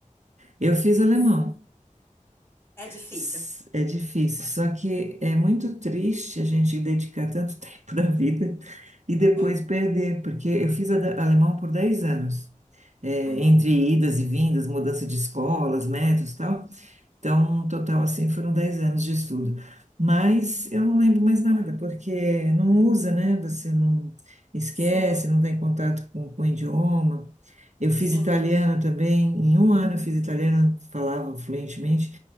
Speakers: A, on the right; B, on the left.
A: Eu fiz alemão.
B: Sim. É difícil.
A: S- É difícil, só que é muito triste a gente dedicar tanto <laughs> tempo da vida e depois
B: Uhum,
A: perder, porque eu fiz ada- alemão por 10 anos, é,
B: uhum.
A: entre idas e vindas, mudança de escolas, métodos e tal. Então, no total, assim, foram 10 anos de estudo. Mas eu não lembro mais nada, porque não usa, né? Você não esquece,
B: Sim,
A: não está em contato com, com o idioma. Eu fiz
B: sim.
A: italiano também, em um ano eu fiz italiano, falava fluentemente.